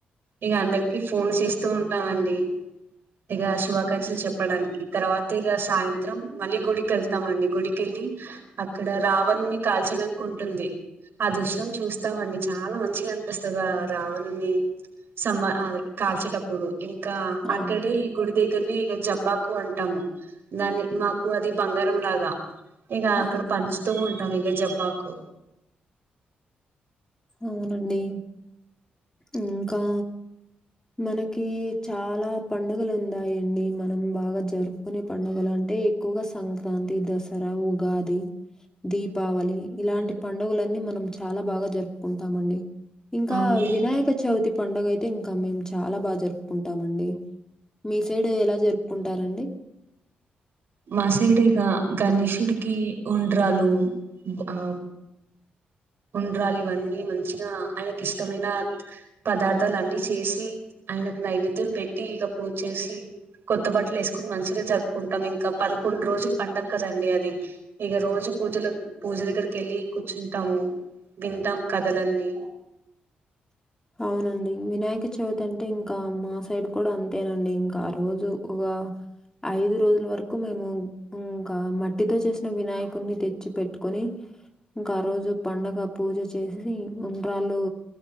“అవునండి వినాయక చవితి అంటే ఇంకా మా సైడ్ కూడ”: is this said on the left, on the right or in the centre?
Left